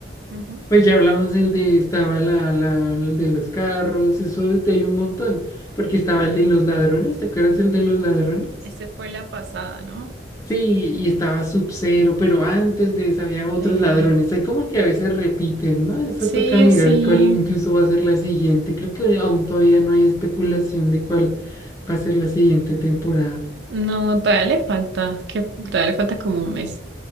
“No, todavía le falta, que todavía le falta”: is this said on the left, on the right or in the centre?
Right